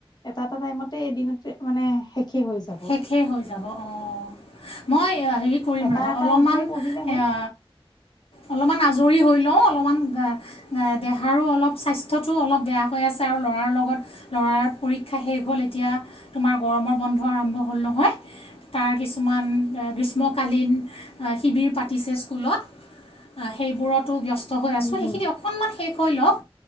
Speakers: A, on the left; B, on the left.
A: এটা এটা <unintelligible> প্ৰথমত এদিনতে মানে শেষেই হৈ যাব।
B: শেষে হৈ যাব অ', মই এয়া হেৰি কৰিম
A: এটা
B: ৰ'বা
A: এটা
B: অলপমান
A: অধ্যায় পঢ়িলে হ'ল।
B: এয়া অলপমান আজৰি হৈ লৈ মইয়ো অলপমান গা আ দেহাৰো অলপমান অলপ স্বাস্থ্যটো অলপ বেয়া হৈ আছে আৰু ল'ৰাৰ লগত ল'ৰাৰ পৰীক্ষা শেষ হ'ল এতিয়া তু গৰমৰ বন্ধ আৰম্ভ হ'ল নহয়, তাৰ কিছুমান গ্ৰীষ্ম কালীন, আহ শিবিৰ পাতিছে স্কুলত, আহ সেইবোৰতো ব্যস ষ্ট হৈ আছো
A: উম
B: সেইখিনি
A: হুম
B: অকনমান শেষ হৈ লওক,